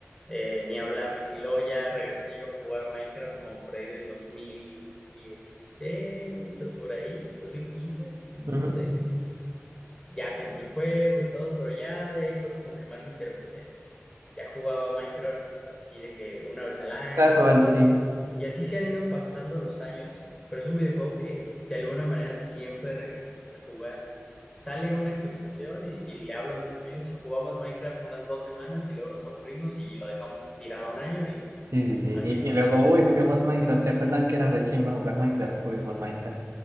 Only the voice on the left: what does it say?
eh, ni hablar. Y luego ya regresé yo a jugar Minecraft como por ahí del 2016 o por ahí, dos dos mil quince, dos mil 2016.
Ya compré el juego y todo, pero ya de ahí fue como que más intermitente ya jugaba Minecraft así de que una vez al año
o
así. Y así se han ido pasando los años, pero es un videojuego que de alguna manera siempre regresas a jugar. Sale una actualización y, y le hablo a mis amigos y jugamos Minecraft unas dos semanas y luego nos aburrimos y lo dejamos tirado un año y
así.